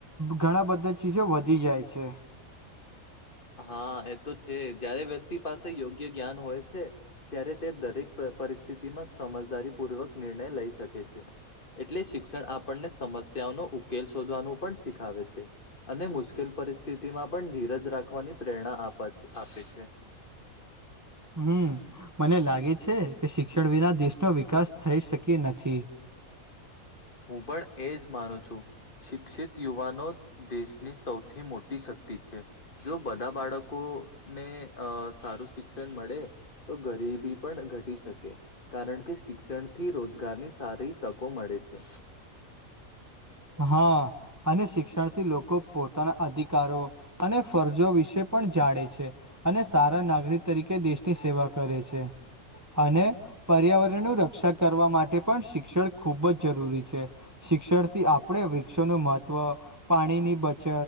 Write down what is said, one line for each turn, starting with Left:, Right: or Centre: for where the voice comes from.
Right: ઘણા બધા ચીજો વધી જાય છે
Left: હા એ તો છે જયારે વ્યક્તિ પાસે યોગ્ય જ્ઞાન હોય છે ત્યારે તે દરેક પરિસ્થિતિમાં સમજદારી પૂર્વક નિર્ણય લઈ શકે છે એટલે શિક્ષણ આપણને સમસ્યાઓનો ઉકેલ શોધવાનું પણ શીખાવે છે અને મુશ્કેલ પરિસ્થિતિ માં પણ ધીરજ રાખવાની પ્રેરણા આપે છે <inaudible>
Right: હમ મને લાગે છે કે શિક્ષણ વિના દેશનો વિકાસ થઈ શકી નથી
Left: હું પણ એજ માનું છું શિક્ષિત યુવાનો દેશની સૌથી મોટી શક્તિ છે જો બધા બાળકો ને અ સારું શિક્ષણ મળે તો ગરીબી પણ ઘટી શકે કારણ કે શિક્ષણ થી રોજગારની સારી તકો મળે છે
Right: હા અને શિક્ષણથી લોકો પોતાના અધિકારો અને ફરજો વિશે પણ જાણે છે અને સારા નાગરિક તરીકે દેશની સેવા કરે છે અને પર્યાવરણનું રક્ષા કરવા માટે પણ શિક્ષણ ખૂબ જ જરૂરી છે શિક્ષણથી આપ આપણે વૃક્ષોનું મહત્ત્વ પાણીની બચત